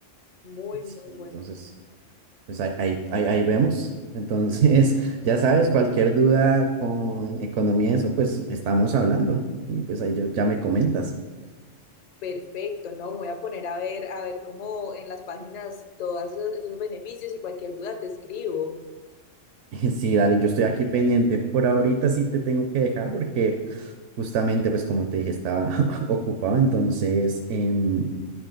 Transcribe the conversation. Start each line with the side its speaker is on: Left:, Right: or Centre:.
Left: muy,
Right: Sí,
Left: muy bueno.
Right: entonces, pues ahí, ahí, ahí- ahí vemos. Entonces, <laughs> ya sabes, cualquier duda con economía, y eso, pues estamos hablando. Y pues ahí yo- ya me comentas.
Left: Perfecto, ¿no? Voy a poner a ver, a ver cómo en las páginas todos esos, esos beneficios y cualquier duda te escribo.
Right: <laughs> Sí, dale, yo estoy aquí pendiente. Por ahorita sí te tengo que dejar porque justamente, pues como te dije, estaba <laughs> ocupado. Entonces, em,